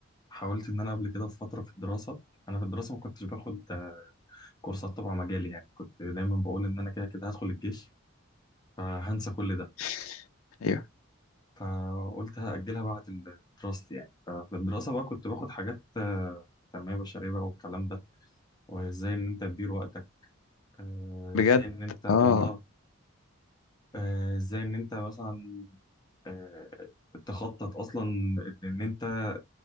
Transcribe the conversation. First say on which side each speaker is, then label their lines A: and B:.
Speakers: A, on the left; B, on the left.
A: حاولت ان انا قبل كده في فتره في الدراسه انا في الدراسه ما كنتش باخد آه، كورسات تبع مجالي يعني كنت دايما بقول ان انا كده كده هدخل الجيش فهنسى كل ده
B: <laughs> ايوه
A: فقلت هاجلها بعد ال- دراستي يعني ففي الدراسه بقى كنت باخد حاجات آه، تنميه بشريه بقى والكلام ده وازاي ان انت تدير وقتك آه،
B: بجد
A: ازاي ان انت
B: اه
A: والله آه، ازاي ان انت مثلا آه، تخطط اصلا ان إن انت